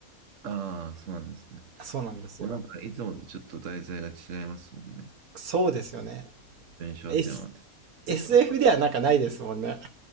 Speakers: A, on the right; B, on the right.
A: ああ、そうなんですね。
B: あそうなんですよ。
A: こうなんか、いつもとちょっと題材が違いますもんね。
B: そうですよね。
A: 印象点を当ててっていうか。
B: S、SF ではなんかないですもんね。